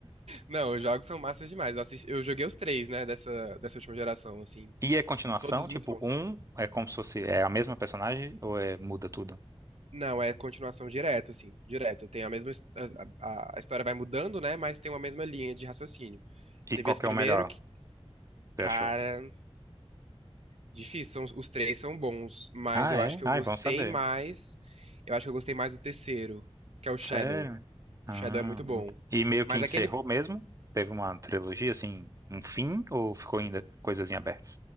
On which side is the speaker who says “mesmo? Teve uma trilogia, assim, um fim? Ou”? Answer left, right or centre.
Right